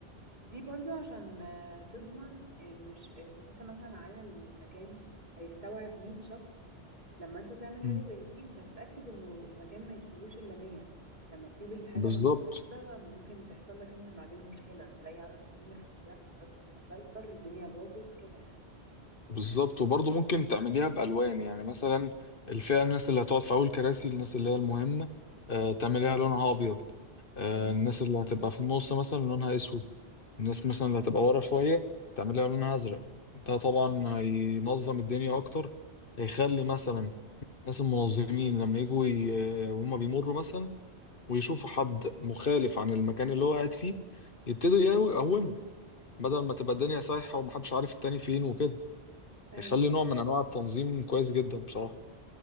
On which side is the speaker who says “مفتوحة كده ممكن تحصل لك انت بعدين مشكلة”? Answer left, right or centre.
Right